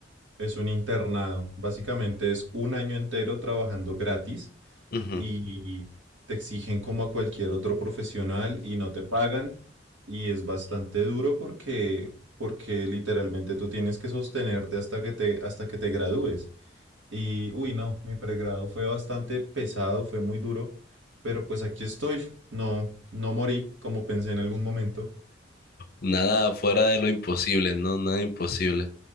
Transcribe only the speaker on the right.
Es un internado. Básicamente es un año entero trabajando gratis
y te exigen como a cualquier otro profesional y no te pagan. Y es bastante duro porque, porque literalmente tú tienes que sostenerte hasta que te, hasta que te gradúes. Y uy, no, mi pregrado fue bastante pesado, fue muy duro, pero pues aquí estoy. No, no morí como pensé en algún momento.